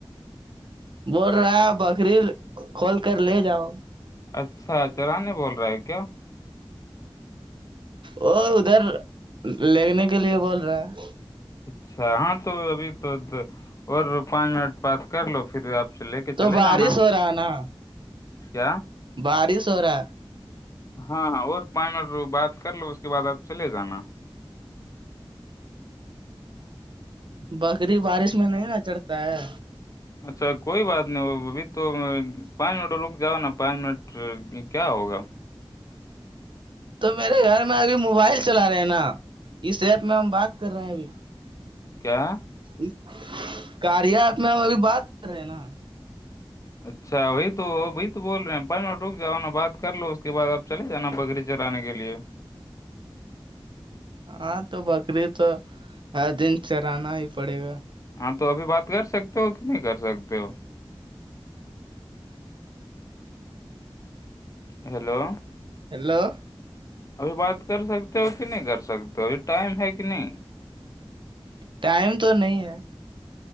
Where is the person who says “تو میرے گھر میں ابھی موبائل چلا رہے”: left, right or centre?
Right